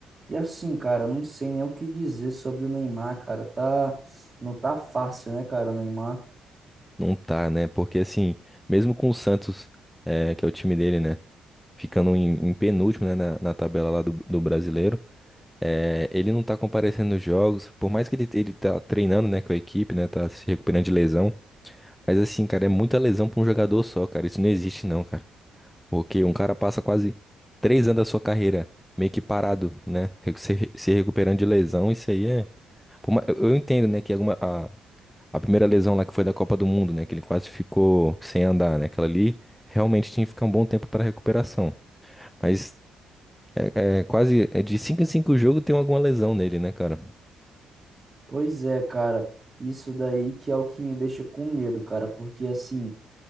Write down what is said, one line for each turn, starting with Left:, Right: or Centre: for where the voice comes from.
Right: E assim, cara, eu não sei nem o que dizer sobre o Neymar, cara. Tá, não tá fácil, né, cara, o Neymar?
Centre: Não tá, né? Porque assim, mesmo com o Santos, é, que é o time dele, né, ficando em, em penúltimo, né, na, na tabela lá do, do brasileiro, é, ele não tá comparecendo nos jogos. Por mais que ele, ele tá treinando, né, com a equipe, né, tá se recuperando de lesão. Mas assim, cara, é muita lesão pra um jogador só, cara. Isso não existe, não, cara. Porque um cara passa quase três anos da sua carreira meio que parado, né? Re- Se, re- se recuperando de lesão, isso aí é. Por ma- Eu eu entendo, né, que alguma, a, a primeira lesão lá que foi da Copa do Mundo, né? Que ele quase ficou sem andar, né? Aquela ali realmente tinha que ficar um bom tempo para recuperação. Mas é, é quase é de cinco em cinco jogos tem alguma lesão nele, né, cara?
Right: Pois é, cara. Isso daí que é o que me deixa com medo, cara, porque assim,